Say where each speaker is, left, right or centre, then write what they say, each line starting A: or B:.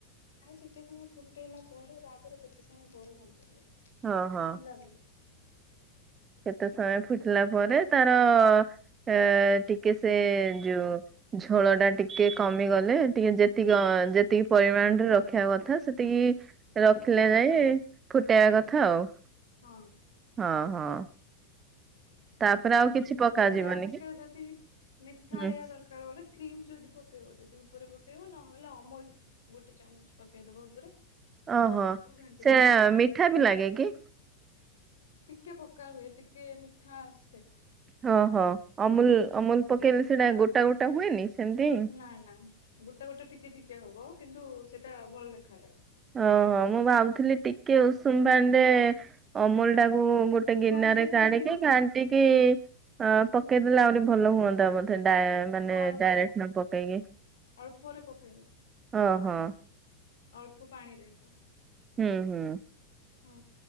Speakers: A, on the left (about 65°); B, on the right (about 20°).
A: ନାଇଁ ଟିକେ ସମୟ ଫୁଟେଇଲା ପରେ ତାପରେ କେତେ ସମୟ ପରେ ବନ୍ଦ କରିବ।
B: ହଁ ହଁ।
A: ସିଝିଲା ପରେ
B: କେତେ ସମୟ ଫୁଟିଲା ପରେ ତାର ଏ ଟିକେ ସେ ଯୋଉ ଝୋଳ ଟା ଟିକେ କମିଗଲେ ଟିକେ ଯେତିକି ଯେତିକି ପରିମାଣରେ ରଖିବା କଥା ଏତିକି ରଖିଲେ
A: ହଁ
B: ଯାଇ ଫୁଟେଇବା କଥା ଆଉ।
A: ହଁ।
B: ହଁ ହଁ। ତାପରେ
A: ଯଦି
B: ଆଉ କିଛି ପକାଯିବନି
A: ଯଦି ଆଉ ଟିକେ
B: କି
A: ଯଦି ମିଠା ଆଳିଆ
B: ହୁଁ
A: ଦରକା ଲେ କ୍ରିମ ଯଦି ପକେଇବ ଯଦି ଉପରେ ପକେଇବ ନହେଲେ ଅମୁଲ ଗୋଟେ ଚାମଚ ପକେଇ ଦବ ଉପରେ।
B: ଓହୋ
A: ତାକୁ ଘାଣ୍ଟି
B: ସେ
A: ଦବ
B: ମିଠା ବି ଲାଗେ କି?
A: ଟିକେ ପକା ହୁଏ। ଟିକେ ମିଠା ଆସେ।
B: ହଁ ହଁ ଅମୁଲ ଅମୁଲ ପକେଇଲେ ସେଇଟା ଗୋଟା ଗୋଟା ହୁଏନି ସେମତି।
A: ନା ନା ଗୋଟା ଗୋଟେ ଟିକେ ଟିକେ ହବ କିନ୍ତୁ ସେଟା ଭଲ ଦେଖାଯାଏ।
B: ଓହ ମୁଁ ଭାବୁଥିଲି ଟିକେ ଉଷୁମ ପାଣ୍ଡେ ଅମୁଲଟା ମୁଁ ଗୋଟେ ଗିନାରେ
A: ହଁ ସେମିତି
B: କାଢିକି
A: ବି ପ-
B: ଖା ନ୍ତିକି ଅ ପକେଇ ଦେଲେ ଆହୁରି ଭଲ ହୁଅନ୍ତା ବୋଧେ। ଡା ମାନେ
A: ହଁ ଅଳ୍ପ
B: ଡାଇରେକ୍ଟ ନ ପକେଇକି
A: ଅଳ୍ପରେ ପକେଇବ
B: ଓହୋ।
A: ଅଳ୍ପ ପାଣିରେ ଏକ।
B: ହୁଁ ହୁଁ।
A: ହୁଁ